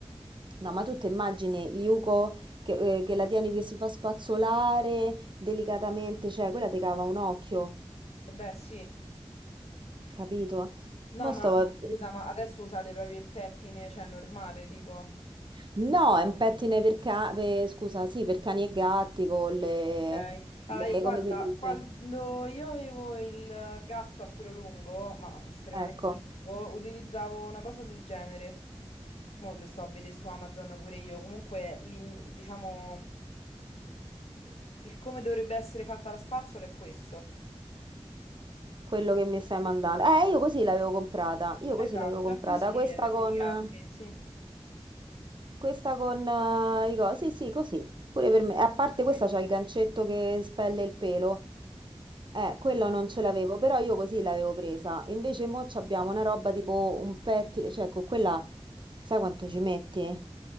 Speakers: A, on the right (about 50°); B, on the left (about 80°).
A: no, ma tu ti immagini Yuko che, eh, che la tieni che si fa spazzolare delicatamente, cioè quella ti cava un occhio,
B: Eh Beh, sì.
A: capito?
B: No,
A: Mo
B: ma,
A: stavo
B: ma
A: a vedere-
B: scusa, ma adesso usate proprio il pettine, cioè normale, tipo.
A: No, è un pettine per, ca- per- scusa, sì, per cani e gatti con le,
B: Ok, allora
A: le-
B: io- guarda,
A: come si dice?
B: quando io avevo il gatto a pelo lungo, ma estremamente
A: Ecco,
B: lungo, utilizzavo una cosa del genere. Mo' le sto a vedere su Amazon pure io. Comunque, l'in- diciamo, eh, il come dovrebbe essere fatta la spazzola è questo.
A: quello che mi stai mandando. Eh, io così l'avevo comprata, io
B: Esatto,
A: così l'avevo comprata,
B: è così
A: questa
B: eh, per
A: con...
B: i gatti, sì.
A: Questa con eh, i cosi, sì, sì, così, pure per me. E A parte questa
B: Eh,
A: c'ha il gancetto che spelle il pelo. Eh, quella non ce l'avevo, però io così l'avevo presa. Invece mo abbiamo una roba tipo un pettine, cioè con quella, sai quanto ci metti?